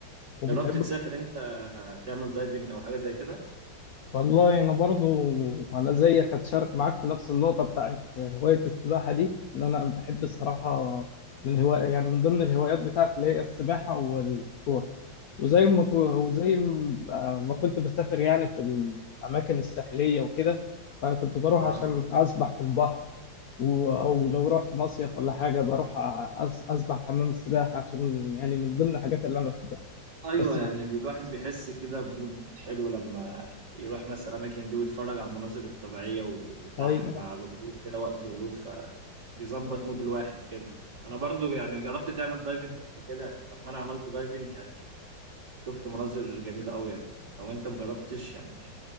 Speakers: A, on the left; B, on the right.
A: وبتحب
B: جربت تسافر انت تعمل دايفنج او حاجة زي كده
A: والله انا برضو انا زيك هتشارك معاك في نفس النقطه بتاعت هوايه السباحه دي ان انا بحب الصراحه من هوايه يعني من ضمن الهوايات بتاعتي اللي هي السباحه والكوره وزي ما كو- وزي ما ما كنت بسافر يعني في الاماكن الساحليه وكده فكنت بروح
B: اه
A: عشان اسبح في البحر و- او لو رحت مصيف ولا حاجه بروح أس- اسبح في حمام السباحه عشان يعني من ضمن الحاجات اللي انا بحبها
B: ايوه
A: بس
B: يعني بي- الواحد بيحس كده بمود حلو لما يروح مثلا الاماكن دي ويتفرج على المناظر الطبيعية والبحر
A: أيوة.
B: مع الغروب كده وقت الغروب بيظبط مود الواحد كده انا برضو يعني جربت تعمل دايفنج قبل كده يعني لما انا عملت دايفنج يعني شفت مناظر جميلة قوي يعني لو انت مجربتش يعني